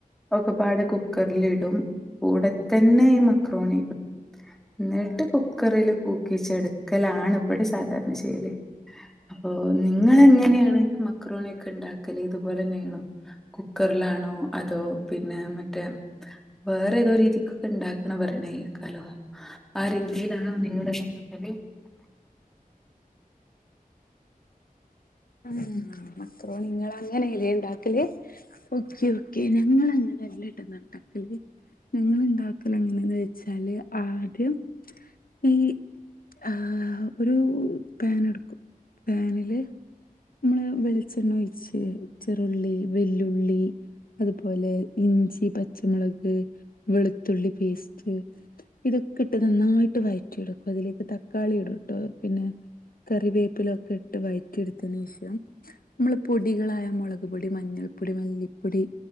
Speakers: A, in the centre; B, on the left.
A: ഒക്ക പാടെ കുക്കർലിടും കൂടെത്തന്നെ ഈ മക്രോണി ഇടും എന്നിട്ട് കുക്കറിൽ കൂക്കിച്ചെടുക്കലാണ് ഇവിടെ സാധാരണ ചെയ്യല് അപ്പൊ നിങ്ങളെങ്ങനെയാണ് മക്രോണിയക്കെണ്ടാക്കല് ഇതുപോലെ തന്നെയാണോ കുക്കറിലാണോ അതോ പിന്നെ മറ്റേ വേറെ ഏതോ രീതിക്ക് ഇണ്ടാക്ണ പറയണക്കാലോ ആഹ് രീതിയിലണോ നിങ്ങള്ണ്ടാക്കല്
B: ഉം മക്രോണി നിങ്ങളങ്ങനെലേ ഉണ്ടാക്കല് ഓക്കെ ഓക്കെ ഞങ്ങളങ്ങനെല്ലട്ടന്ന ഉണ്ടാക്കലേ ഞങ്ങള്ണ്ടാക്കല് എങ്ങനെയന്ന് വെച്ചാല് ആദ്യം ഈ ആഹ് ഒരു പാൻ എടുക്കും പാനില് മ്മള് വെളിച്ചെണ്ണ ഒഴിച്ച് ചെറുള്ളി വെല്ലുള്ളി അതുപോലെ ഇഞ്ചി പച്ചമുളക് വെളുത്തുള്ളി പേസ്റ്റ് ഇതൊക്കെ ഇട്ട് നന്നായിട്ട് വഴറ്റിെടുക്കും അതിലേക്ക് തക്കാളി ഇടുട്ടോ പിന്നെ കറിവേപ്പിലൊക്കെ ഇട്ട് വഴ എടുത്തതിന് ശേഷം നമ്മള് പൊടികളായ മുളക് പൊടി മഞ്ഞൾപ്പൊടി മല്ലിപ്പൊടി